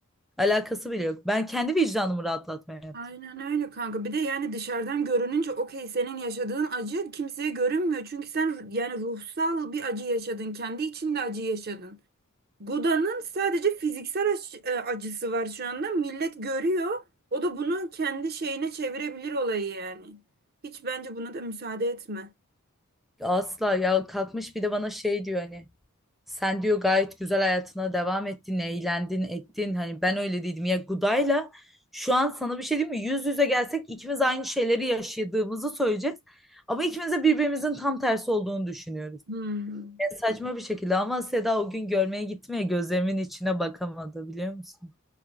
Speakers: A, in the centre; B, on the right.
A: Alakası bile yok. Ben kendi vicdanımı rahatlatmaya yaptım.
B: Aynen öyle kanka. Bir de yani dışarıdan görününce okey senin yaşadığın acı kimseye görünmüyor. Çünkü sen yani ruhsal bir acı yaşadın. Kendi içinde acı yaşadın. Guda'nın sadece fiziksel ac- e, acısı var şu anda. Millet görüyor. O da bunu kendi şeyine çevirebilir olayı yani. Hiç bence buna da müsaade etme.
A: Asla ya kalkmış bir de bana şey diyor hani sen diyor gayet güzel hayatına devam ettin, eğlendin, ettin. Hani ben öyle dedim ya Guda'yla şu an sana bir şey diyeyim mi? Yüz yüze gelsek ikimiz aynı şeyleri yaşadığımızı söyleyeceğiz. Ama ikimiz de birbirimizin tam tersi olduğunu düşünüyoruz.
B: Hmm.
A: Ya saçma bir şekilde ama Seda o gün görmeye gitti mi ya, gözlerimin içine bakamadı biliyor musun?